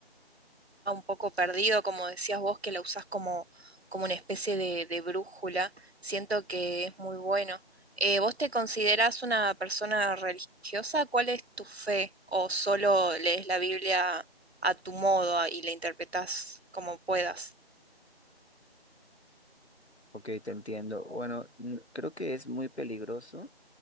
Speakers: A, on the right; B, on the left.
A: un poco perdido, como decías vos, que la usás como, como una especie de, de brújula. Siento que es muy bueno. Eh, ¿vos te considerás una persona religiosa? ¿Cuál es tu fe? ¿O solo lees la Biblia a tu modo a- y la interpretás como puedas?
B: Ok, te entiendo. Bueno, mm, creo que es muy peligroso